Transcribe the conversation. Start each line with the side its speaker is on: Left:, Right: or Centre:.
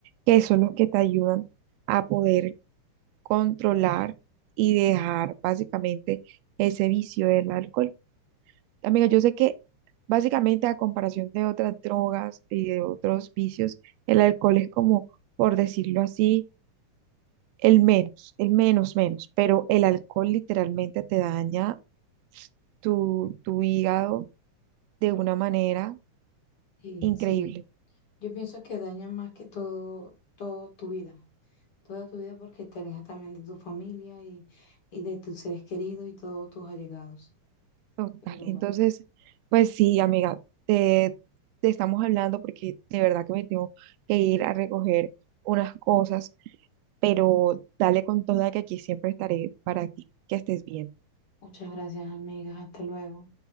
Right: que son los que te ayudan a poder controlar y dejar básicamente ese vicio del alcohol. Amiga, yo sé que básicamente a comparación de otras drogas y de otros vicios, el alcohol es como, por decirlo así, el menos, el menos, menos, pero el alcohol literalmente te daña tu, tu hígado de una manera
Left: Sí,
Right: increíble,
Left: sí. Yo pienso que daña más que todo, todo tu vida. Toda tu vida porque te alejas también de tu familia y, y de tus seres queridos y todos tus allegados.
Right: total.
Left: Pero
Right: Entonces,
Left: bueno,
Right: pues sí, amiga, te, te estamos hablando porque de verdad que me tengo que ir a recoger unas cosas, pero dale con toda que aquí siempre estaré para ti, que estés bien.
Left: muchas gracias, amigas. Hasta luego.